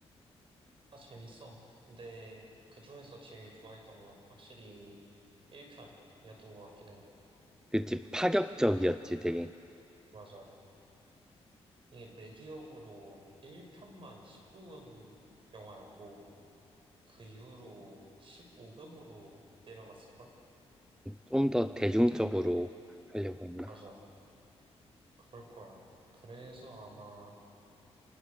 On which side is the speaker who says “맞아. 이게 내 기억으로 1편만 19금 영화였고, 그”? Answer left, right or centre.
Right